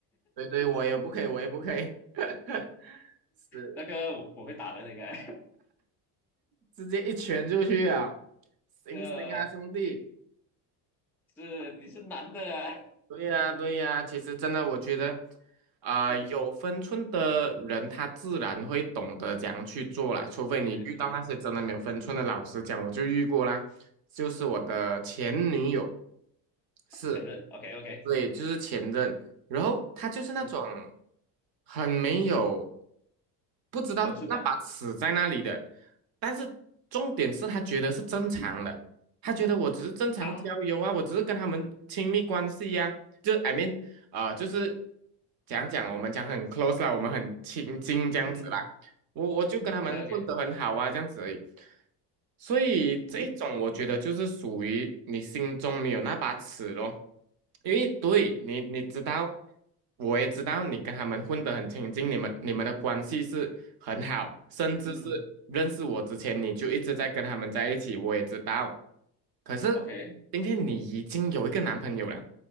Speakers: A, on the right; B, in the centre.
A: 对对，我也不可以，我也不可以，<laughs> 是。
B: 那个我我会打人的，应该，
A: 直接一拳就去啊！行行啊，
B: <laughs> 呃，
A: 兄弟！
B: 你是你是男的啊，
A: 对呀，对呀，其实真的，我觉得，
B: <laughs>
A: 啊、
B: 嗯，
A: 有分寸的人，他自然会懂得怎样去做啦。除非你遇到那些真的没有分寸的老师讲，
B: 对对对对，
A: 我就遇过啦，就是我的前女友，是，
B: 前任，OK OK，
A: 对，就是前任，然后他就是那种
B: 嗯，
A: 很没有，不知道那把尺在那里的，
B: 分寸感
A: 但是重点是他觉得是正常的，他觉得我只是正常交友啊，
B: 啊，
A: 我只是跟他们亲密关系呀、就 I mean，呃，就是讲讲我们讲很 close 啦，我们很亲近这样子啦。
B: 嗯
A: 我我就跟他们混得很好啊，
B: ，OK OK，
A: 这样子而已。所以这一种我觉得就是属于你心中没有那把尺咯，
B: 嗯
A: 因为对你你知道，我也知道你跟他们混得很亲近，你们你们的关系是很好，甚至是认识我之前你就一直在跟他们在一起，
B: 嗯
A: 我也知道。可是今天你已经有一个男朋友了。
B: ，OK，